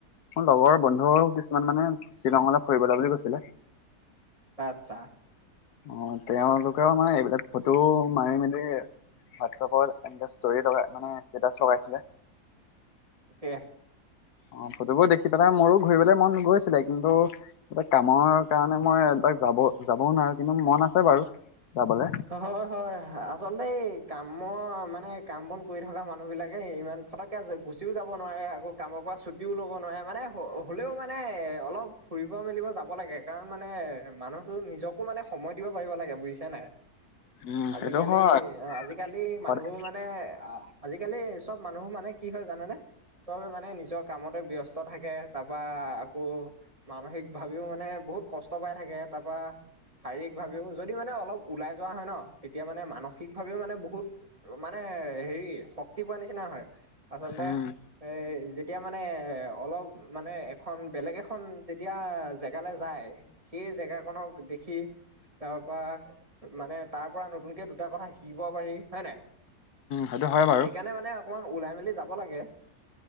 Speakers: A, on the left (about 80°); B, on the right (about 20°).
A: মোৰ লগৰ বন্ধু কিছুমান মানে শ্বিলঙলৈ ফুৰিবলৈ বুলি গৈছিলে।
B: আচ্ছা।
A: অ', তেওঁলোকেও মানে এইবিলাক ফটো মাৰি মেলি হোৱাটছপত এনে ষ্টৰি লগাই মানে ষ্টেটাচ লগাইছিলে।
B: তাকে
A: অ' ফটোবোৰ দেখি পেলাই মোৰো ঘূৰিবলে মন গৈছিলে। কিন্তু, এই কামৰ কাৰণে মই এই তাক যাব, যাবও নোৱাৰো কিন্তু, মন আছে বাৰু। যাবলে
B: হয়, হয় আচলতেই কামৰ মানে কাম বন কৰি থকা মানুহ বিলাকে ইমান ফটকে গুচিও যাব নোৱাৰে আকৌ কামৰ পৰা ছুটিও লব নোৱাৰে মানে হলেও মানে অলপ ফুৰিব মেলিব যাব লাগে কাৰণ মানে মানুহতো নিজকো মানে সময় দিব পাৰিব লাগে বুজিছা নে নাই?
A: উম
B: আজিকালি
A: সেইটো হয়
B: আজিকালি
A: সদায়
B: মানুহবোৰ মানে, আজিকালি চব মানুহ বোৰ মানে কি হয় জানেনে? চব মানে নিজৰ কামতে ব্যস্ত থাকে তাৰপা আকৌ, মানসিক ভাৱেও মানে বহুত কষ্ট পাই থাকে। তাৰপা, শাৰীৰিক ভাৱেও যদি মানে অলপ ওলাই যোৱা হয় ন! তেতিয়া মানে মানসিক ভাৱেও মানে বহুত মানে হেৰি, শক্তি পোৱা নিচিনা হয়। আচলতে
A: উম
B: এ যি এতিয়া মানে এ অলপ মানে, এখন বেলেগ এখন যেতিয়া জেগালৈ যায়। সেই জেগাখননক দেখি তাৰপৰা, মানে তাৰ পৰা নতুনকে দুটা কথা শিকিব পাৰি, হয়ে নাই?
A: সেইটো হয় বাৰু।
B: সেইকাৰণে মানে অকমান ওলাই মেলি যাব লাগে।